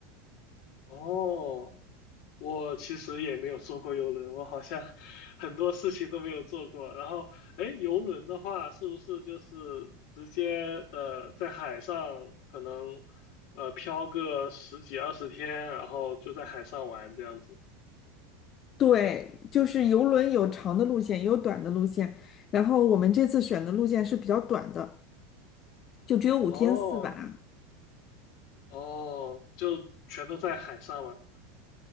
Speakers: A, on the left; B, on the left.
A: 哦，我其实也没有坐过游轮，我好像 <laughs> 很多事情都没有做过。然后，哎，游轮的话，是不是就是直接呃在海上可能呃漂个十几二十天，然后就在海上玩这样子？
B: 对，就是游轮有长的路线，也有短的路线。然后我们这次选的路线是比较短的，就只有五天四晚。
A: 哦哦，就全都在海上嘛？